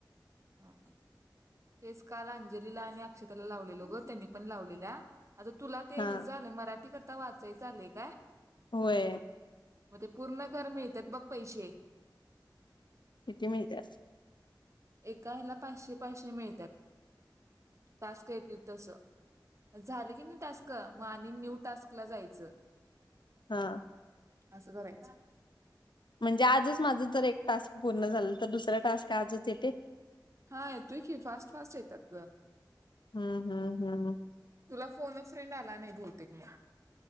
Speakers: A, on the right (about 40°); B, on the left (about 80°).
A: हा तेच काल अंजलीला आणि अक्षताला लावलेल ग त्यांनी पण लावलेल्या आता तुला ते
B: हा
A: हे झालं मराठी कथा वाचायच आलय काय?
B: होय
A: मग ते पूर्ण कर मिळतात बघ पैसे
B: किती मिळत्यात?
A: एका हेला पाचशे, पाचशे मिळतात टास्क येथील तस, झाले की नाही टास्क आणि मग न्यू टास्क ला जायचं.
B: हां
A: आसं करायच.
B: म्हणजे आजच माझं जर एक टास्क पूर्ण झालं, तर दुसरा टास्क आजच येतंय?
A: हा येतोय कि फास्ट - फास्ट येतात ग
B: हम्म हम्म हम्म
A: तुला फोन फ्रेंड आला नाही भऊतेक मग